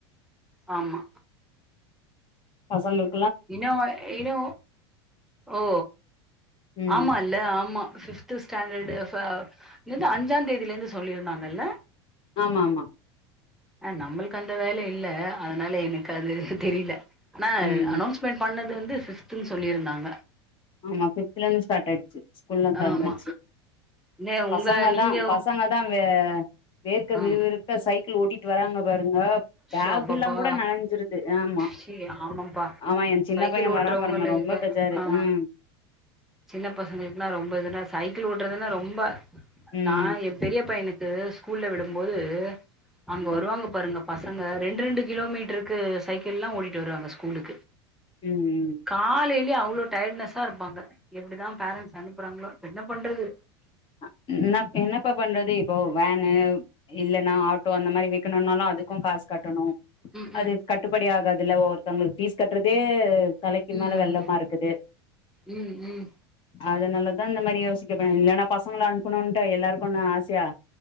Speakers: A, in the centre; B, on the left.
A: ஆமா
B: பசங்கள்
A: இனு இனு ஓ
B: ம்
A: ஆமா இல்ல ஆமா ஃபிப்து ஸ்டாண்டடு ஃப இது அஞ்சாந் தேதில இருந்து சொல்லியிருந்தாங்கல்ல
B: ஆமா ஆமா
A: அ நம்ளுக்கு அந்த வேல இல்ல அதனால எனக்கு அது தெரில ஆனா
B: ம்
A: அனோன்ஸ்மெண்ட் பண்ணது வந்து ஃபிப்துன்னு சொல்லியிருந்தாங்க
B: ஆமா ஃபிப்தல இருந்து ஸ்டாட் ஆயிடுச்சு ஸ்கூல்லா திறந்தாச்சு
A: ஆமா நே உங்க
B: பசங்க
A: நீங்க
B: தா பசங்க தா வே வேர்க்க
A: ஆ
B: விறுவிறுக்க சைக் கிள் ஓட்டிட்டு வராங்க பாருங்க பேக்கெல்லா
A: ஷோ அப்பப்பா
B: கூட நனஞ்சுருது ஆமா
A: ஷி ஆமாப்பா
B: ஆமா எ சின்ன
A: சைக்கிள்
B: பைய
A: ஓட்டுறவங்களுக்கு
B: வரா பாருங்க ரொம் ப பெஜாரு
A: ஆ
B: ம்
A: சின்ன பசங்களுக்குனா ரொம்ப இதுனா சைக்கிள் ஓட்டுறதுன்னா ரொம்ப
B: ம்
A: நா எ பெரிய பையனுக்கு ஸ்கூல்ல விடும்போது அங்க
B: ம்
A: வருவாங்க பாருங்கப் பசங்க ரெண்டு ரெண்டு கிலோமீட்டருக்கு சைக்கிள்லா ஓட்டிட்டு வருவாங்க ஸ்கூலுக்கு
B: ம்
A: காலையிலயே அவ்ளோ டயட்னஸ்ஸா இருப்பாங்க எப்டிதா பேரண்ட்ஸ் அனுப்பறாங்ளோ இப்ப என்ன பண்றது
B: அ என்ன என்னப்பா பண்றது இப்போ வேன் <unintelligible> இல்லனா ஆட்டோ அந்த மாரி விக்குனுனாலு அதுகு காஸ் கட்டனு
A: ம் ம்
B: அது கட்டுபட் முடியாததுல்ல ஒவ்வொருத்தங்ளுக் ஃபீஸ் கட்றதே தலைக்கு
A: ம்
B: மேல வெள்ளமா இருக்குது
A: ம்
B: அதுநாலதா இந்த மாரி யோசிக்கதோனுது இல்லனா பசங்கள அனுப்பணுன்டு எல்லாருக்கு என்ன ஆசையா